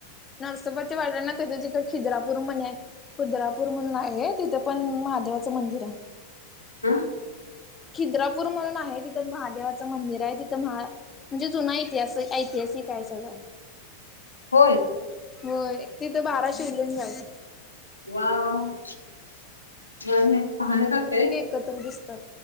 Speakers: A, on the left; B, on the left.
A: नरसोबाच्या वाडी आहे ना त्याच्याच इथं खिद्रा पूर म्हणे आहे खुद्रापूर म्हणून आहे तिथं पण महादेवाचं मंदिर आहे
B: अं
A: खिद्रापूर म्हणून आहे तिथं महादेवाचं मंदिर आहे तिथं महा म्हणजे जुना इतिहास ऐतिहासिक आहे सगळं
B: होय
A: होय तिथं बारा शिवलिंग आहेत
B: वाव नाही नाही पाहण्यासारखं आहे
A: कत्र दिसतात